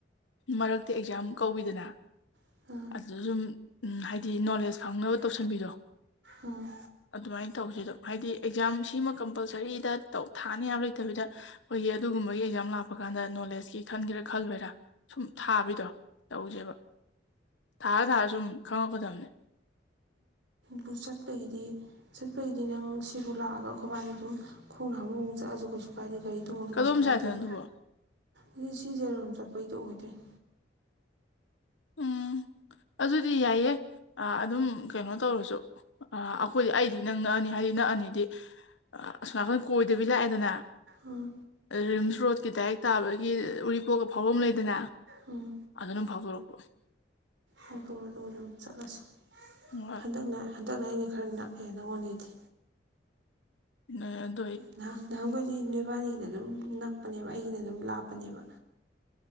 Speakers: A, on the left; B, on the right.
A: ꯃꯔꯛꯇꯤ ꯑꯦꯛꯖꯥꯝ ꯀꯧꯕꯤꯗꯅ
B: ꯑꯥ
A: ꯑꯗꯨꯗ ꯁꯨꯝ ꯍꯥꯏꯗꯤ ꯅꯣꯂꯦꯖ ꯁꯪꯅꯕ ꯇꯧꯁꯟꯕꯤꯗꯣ
B: ꯑꯥ
A: ꯑꯗꯨꯃꯥꯏꯅ ꯇꯧꯁꯦ ꯑꯗꯨꯝ ꯍꯥꯏꯗꯤ ꯑꯦꯛꯖꯥꯝ ꯁꯤꯃ ꯀꯝꯄꯜꯁ ꯒꯥꯔꯤꯗ ꯇꯧ ꯊꯥꯅꯤ ꯌꯥꯝ ꯂꯩꯇꯕꯤꯗ ꯑꯩꯈꯣꯏꯒꯤ ꯑꯗꯨꯒꯨꯝꯕꯒꯤ ꯑꯦꯛꯖꯥꯝ ꯂꯥꯛꯄ ꯀꯥꯟꯗ ꯅꯣꯂꯦꯖꯀꯤ ꯈꯟꯒꯦꯔꯥ ꯈꯜꯂꯣꯏꯔꯥ ꯁꯨꯝ ꯊꯥꯕꯤꯗꯣ ꯇꯧꯁꯦꯕ ꯊꯥꯔ ꯊꯥꯔ ꯁꯨꯝ ꯈꯪꯉꯛꯀꯗꯕꯅꯦ
B: ꯕꯨ ꯆꯠꯄꯒꯤꯗꯤ ꯆꯠꯄꯒꯤꯗꯤ ꯅꯪ ꯁꯤꯕꯨ ꯂꯥꯛꯑꯒ ꯑꯩꯈꯣꯏꯕꯥꯗ ꯑꯗꯨꯝ ꯈꯣꯡꯅ ꯍꯥꯨꯛꯛ ꯆꯠꯂꯁꯨ ꯀꯩꯁꯨ ꯀꯥꯏꯗꯦ ꯒꯥꯔꯤ ꯇꯣꯡꯉꯁꯨ
A: ꯀꯗꯣꯝ
B: ꯀꯩꯁꯨ ꯀꯥꯏꯗꯦꯕ
A: ꯁꯥꯏꯠꯇꯅꯣ ꯑꯗꯨꯕꯣ
B: ꯑꯗꯨ ꯁꯤꯖꯥꯔꯣꯝ ꯆꯠꯄꯩꯗꯣ ꯑꯣꯏꯗꯣꯏꯅꯦ
A: ꯎꯝ ꯑꯗꯨꯗꯤ ꯌꯥꯏꯌꯦ ꯑꯥ ꯑꯗꯨꯝ ꯀꯩꯅꯣ ꯇꯧꯔꯁꯨ ꯑ ꯑꯩꯈꯣꯏꯗꯤ ꯑꯩꯗꯤ ꯏꯅꯛ ꯅꯛꯑꯅꯤ ꯍꯥꯏꯗꯤ ꯅꯛꯑꯅꯤꯗꯤ ꯑꯁꯣꯝꯀꯟ ꯀꯣꯏꯗꯕꯤ ꯂꯥꯛꯑꯦꯗꯅ
B: ꯎꯝ
A: ꯔꯤꯝꯁ ꯔꯣꯗꯀꯤ ꯗꯥꯏꯔꯦꯛ ꯇꯥꯕꯒꯤ ꯎꯔꯤꯄꯣꯛꯀ ꯐꯥꯎꯐꯝ ꯂꯩꯗꯅ
B: ꯎꯝ
A: ꯑꯗꯗꯨ ꯐꯥꯎꯗꯣꯔꯛꯑꯣ
B: ꯑꯣꯛꯇꯣꯗꯣ ꯑꯗꯨ ꯑꯗꯨꯝ ꯆꯠꯂꯁꯤ
A: ꯍꯣꯏ
B: ꯍꯟꯗꯛꯅ ꯍꯟꯗꯛꯅ ꯑꯩꯅ ꯈꯔ ꯅꯛꯑꯦ ꯅꯪꯉꯣꯟꯗꯩꯗꯤ
A: <unintelligible>
B: ꯅꯍ ꯅꯍꯥꯟꯈꯣꯏꯗꯤ ꯅꯣꯏꯕꯥꯅꯤꯒꯤꯅ ꯑꯗꯨꯝ ꯅꯛꯄꯅꯦꯕ ꯑꯩꯒꯤꯅ ꯑꯗꯨꯝ ꯂꯥꯞꯄꯅꯦꯕ